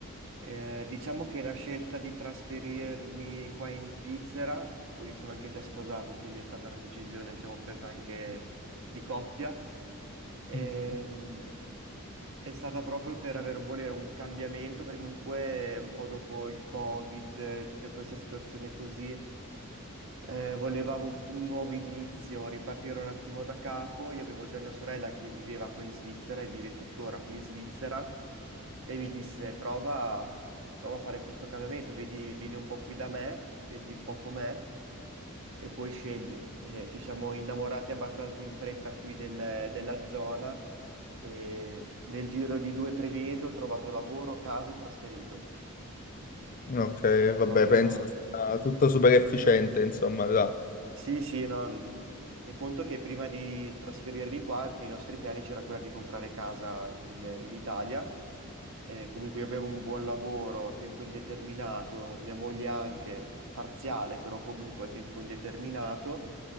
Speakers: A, on the right; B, on the left.
A: Eh, diciamo che la scelta di trasferirmi qua in Svizzera, poi io sono anche già sposato, quindi è stata una decisione, diciamo, presa anche di coppia, ehm,
B: Ok.
A: è stata proprio per avere, volere un cambiamento, perché comunque un po' dopo il Covid, eh, tutta questa situazione così. Eh, volevamo un nuovo inizio, ripartire un attimo da capo. Io avevo già mia sorella che viveva qua in Svizzera e vive tuttora qui in Svizzera. Lei mi disse: Prova, prova a fare questo cambiamento, vedi, vieni un po' qui da me, vedi un po' com'è e poi scegli. Eh, ci siamo innamorati abbastanza in fretta qui del- della zona e nel giro di due o tre mesi ho trovato lavoro, casa e trasferito.
B: Ok, vabbè,
A: Proprio.
B: penso sia tutto super efficiente, insomma, là.
A: Sì, sì, no, mh, e conto che prima di trasferirmi qua, nei nostri piani c'era quella di comprare casa in, in Italia. Eh, comunque io avevo un buon lavoro a tempo indeterminato, mia moglie anche, parziale, però comunque a tempo indeterminato,